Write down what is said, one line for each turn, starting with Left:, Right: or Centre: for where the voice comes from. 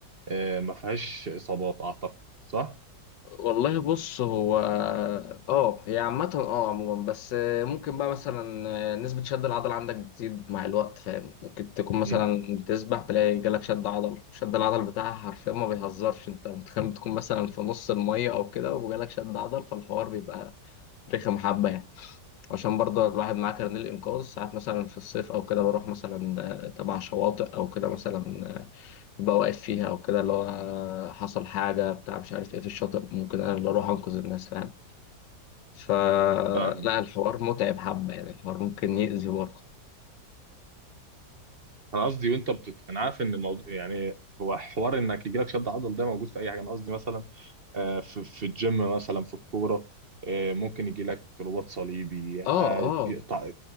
Right: آه، ما فيهاش إصابات أعتقد صح؟
Left: والله بص هو اه هي عامة اه عموما بس ممكن بقى مثلا نسبة شد العضل عندك بتزيد مع الوقت فاهم ممكن تكون مثلا
Right: مم.
Left: بتسبح تلاقي جالك شد عضل شد العضل بتاعها حرفيا ما بيهزرش انت متخيل بتكون مثلا في نص المية او كده وجالك شد عضل فالحوار بيبقى رخم حبة يعني عشان برضه الواحد معاه كارنيه الإنقاذ ساعات مثلا في الصيف أو كده بروح مثلا تبع شواطئ أو كده مثلا بوقف فيها او كده اللي هو حصل حاجه بتاع مش عارف ايه في الشاطئ ممكن انا اللي اروح انقذ الناس فاهم فلا
Right: فاهم
Left: الحوار متعب حبه يعني الحوار ممكن يأذي برضه
Right: أنا قصدي وأنت بتت... أنا عارف إن الموضوع يعني هو حوار إنك يجيلك شد عضل ده موجود في أي حاجة أنا قصدي مثلا آه، في في الجيم مثلا في الكورة آه، ممكن يجي لك رباط صليبي آه،
Left: اه اه
Right: يقطع